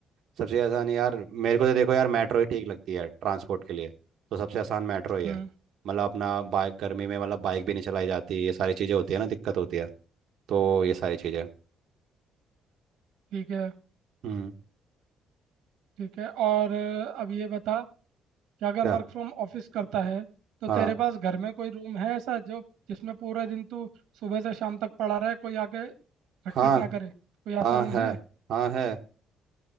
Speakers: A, on the right (about 60°); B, on the right (about 80°).
A: सबसे आसान यार मेरे को तो देखो यार मेट्रो ही ठीक लगती है ट्रांसपोर्ट के लिए तो सबसे आसान मेट्रो ही
B: हम्म
A: है मतलब अपना बाइक गर्मी में मतलब बाइक भी नहीं चलाई जाती ये सारी चीज़ें होती है ना दिक्कत होती है तो ये सारी चीज़ें
B: ठीक है
A: हम्म
B: ठीक है और अब ये बता कि अगर
A: क्या
B: वर्क फ्रॉम ऑफिस करता है तो
A: हाँ
B: तेरे पास घर में कोई रूम है ऐसा जो जिसमें पूरे दिन तू सुबह से शाम तक पड़ा रहे कोई आके खटखट
A: हाँ
B: ना करे कोई
A: हाँ
B: ऐसा रूम
A: है
B: है
A: हाँ है